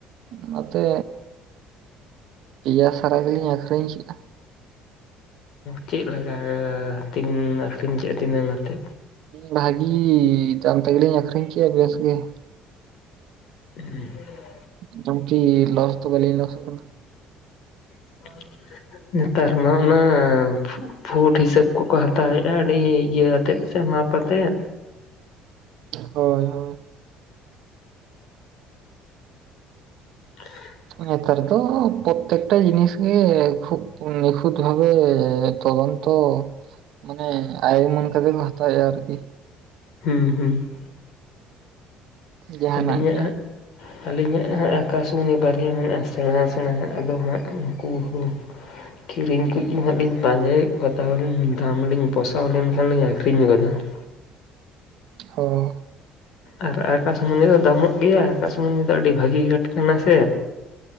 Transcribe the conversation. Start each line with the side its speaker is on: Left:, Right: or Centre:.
Right: ᱱᱚᱛᱮ ᱯᱮᱭᱟ ᱥᱟᱨᱟ ᱜᱮᱞᱤᱧ ᱟᱠᱷᱨᱤᱧ ᱪᱮᱜᱼᱟ ᱾
Left: ᱪᱮᱜ ᱞᱟᱜᱟ ᱛᱤᱢᱤᱱ ᱟᱠᱷᱨᱤᱧ ᱠᱮ ᱛᱤᱱᱟᱹᱜ ᱟᱛᱮ?
Right: ᱵᱷᱟᱜᱤ ᱛᱟᱢ ᱛᱮᱜᱮ ᱞᱤᱧ ᱟᱠᱷᱨᱤᱧ ᱠᱮ ᱟ ᱵᱮᱥ ᱜᱮ ᱾
Left: <inaudible>
Right: <unintelligible> ᱞᱚᱥ ᱫᱚ ᱵᱟᱞᱤᱧ ᱞᱚᱥᱚᱜ ᱠᱟᱱᱟ ᱾
Left: <inaudible> ᱱᱮᱛᱟᱨ ᱢᱟ ᱚᱱᱟ ᱯᱷᱩ-ᱯᱷᱩᱴ ᱦᱤᱥᱟᱹᱵ ᱠᱚᱠᱚ ᱦᱟᱛᱟᱣ ᱮᱜᱼᱟ ᱟᱹᱰᱤ ᱤᱭᱟᱹ ᱟᱛᱮᱫ ᱾ ᱥᱮ ᱢᱟᱯ ᱟᱛᱮ ᱾
Right: ᱦᱳᱭ ᱦᱳ
Left: <inaudible>
Right: ᱧᱮᱛᱟᱨ ᱫᱚ ᱯᱨᱚᱛᱮᱠᱴᱟ ᱡᱤᱱᱤᱥ ᱜᱮ ᱠᱷᱩᱵ ᱱᱤᱠᱷᱩᱸᱛ ᱵᱷᱟᱵᱷᱮ ᱛᱚᱫᱚᱱᱛᱚ ᱢᱟᱱᱮ ᱟᱭ ᱩᱢᱟᱱ ᱠᱟᱛᱮ ᱵᱚ ᱦᱟᱛᱟᱭᱮᱜ-ᱟ ᱟᱨᱠᱤ ᱾
Left: ᱦᱩᱸ ᱦᱩᱸ ᱾
Right: ᱡᱟᱦᱟᱱᱟᱜ
Left: ᱟᱹᱞᱤᱧ
Right: ᱜᱮ
Left: ᱟ-ᱟᱜ ᱟᱹᱞᱤᱧᱟᱜ ᱦᱟᱸᱜ ᱟᱠᱟᱥᱢᱩᱱᱤ ᱵᱟᱨᱭᱟ ᱢᱮᱱᱟᱜᱼᱟ ᱥᱮᱬᱟ-ᱥᱮᱬᱟ ᱦᱟᱸᱜ ᱟᱫᱚ ᱦᱟᱸᱜ ᱩᱱᱠᱩ ᱦᱚᱸ ᱠᱤᱨᱤᱧ ᱠᱩᱡ ᱜᱤ ᱦᱟᱸᱜ ᱞᱤᱧ ᱯᱟᱸᱡᱟᱭᱮᱜ ᱠᱚ ᱛᱟᱦᱚᱞᱮᱞᱤᱧ ᱫᱟᱢ ᱞᱤᱧ ᱯᱚᱥᱟᱣ ᱞᱮᱱᱠᱷᱟᱱ ᱞᱤᱧ ᱟᱹᱠᱷᱨᱤᱧ ᱜᱚᱫᱟ ᱾
Right: ᱦᱚᱸ
Left: ᱟᱨ ᱟᱠᱟᱥᱢᱩᱱᱤ ᱫᱚ ᱫᱟᱢᱚᱜ ᱜᱮᱭᱟ ᱟᱠᱟᱥᱢᱩᱱᱤ ᱫᱚ ᱟᱹᱰᱤ ᱵᱷᱟᱹᱜᱤ ᱠᱟᱸᱴ ᱠᱟᱱᱟ ᱥᱮ